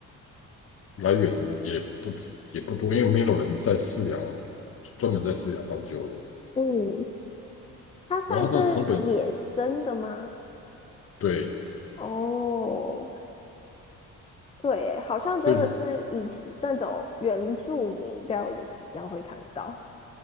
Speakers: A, on the left; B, on the left.
A: 来源也不也不多，因为没有人在饲养，专门在饲养斑鸠的，
B: 嗯，它算是野生的吗？
A: 然后它的成本对，
B: 哦，对，好像真的是以前那种原住民料理比较会看到。
A: 就，以